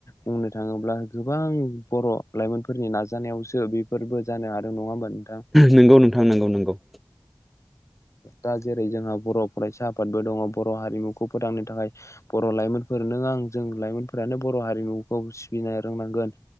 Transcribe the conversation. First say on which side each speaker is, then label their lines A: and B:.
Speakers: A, on the left; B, in the centre.
A: बुंनो थाङोब्ला गोबां बर' लाइमोनफोरनि नाजानायावस बेफोरबो जानो हादों नङा होमब
B: नोंगौ नोंथां नंगौ नंगौ
A: दा जेरै जोंहा बर' फरायसा आफादबो दङ बर' हारिमुखौ फोथांनो थाखाय बर' लाइमोन नों आं जों लाइमोनफोरानो बर' हारिमुखौ सिबिनो रोंनांगोन